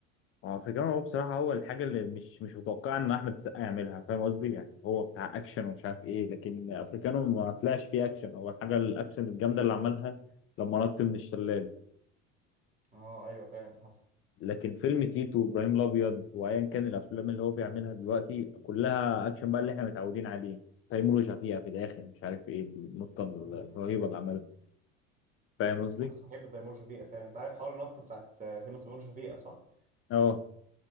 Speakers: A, on the left; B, on the right.
A: هو في هو بصراحة هو الحاجة اللي مش مش متوقعة إن أحمد السقا يعملها فاهم قصدي؟ يعني هو بتاع أكشن
B: آه.
A: ومش عارف إيه لكن أفريكانو ما طلعش فيه أكشن هو الحاجة الأكشن الجامدة اللي عملها لما نط من الشلال
B: اه ايوه فعلا حصل
A: لكن فيلم تيتو وإبراهيم الأبيض وأيا كان الأفلام اللي هو بيعملها دلوقتي كلها أكشن بقى اللي إحنا متعودين عليه تيمور وشفيقة في الآخر مش عارف إيه النطة الرهيبة
B: مم.
A: اللي عملها فاهم قصدي؟
B: انا كنت بحب تيمور وشفيقة فعلا انت عارف حوار النطه بتاعت فيلم تيمور وشفيقة صح
A: أه